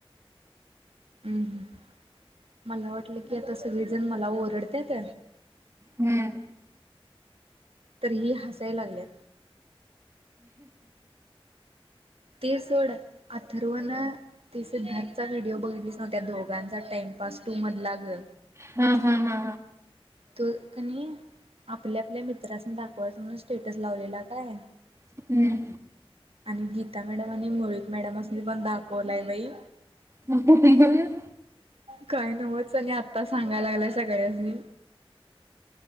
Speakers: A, on the right; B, on the right.
A: हम्म हम् मला वाटलं की आता सगळेजण मला ओरडत्यात.
B: हम्म.
A: तरही हसाय लागल्यात. ती सोड, अथर्व ना ती सिद्धार्थचा व्हिडिओ बघितलीच नव्हत. त्या दोघांचा टाइम पास टू म्हणला ग.
B: हम् हम हम.
A: तो कणी आपल्या आपल्या मित्रांसनी दाखवायचं म्हणून स्टेटस लावलेला काय?
B: हम्म.
A: आणि गीता मॅडम आणि मुळीक मॅडमासनी पण दाखवलाय बाई.
B: नुपूर त्या जेवलेत?
A: काही नवच आणि आत्ता सांगायला लागलाय सगळ्यास्नी.